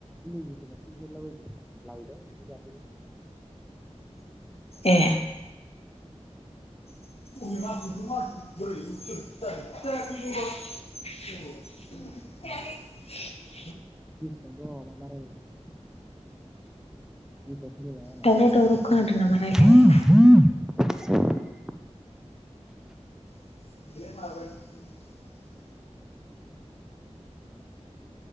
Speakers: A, in the centre; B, on the left (about 60°).
A: लोगोफोरनावसो बिहरलाबायदों लायदों ओमफ्राय जाफैबाय।
B: ए <unintelligible>
A: <unintelligible> <unintelligible>
B: दावराव दावराव खोनादों नामा रायलायनाय <unintelligible>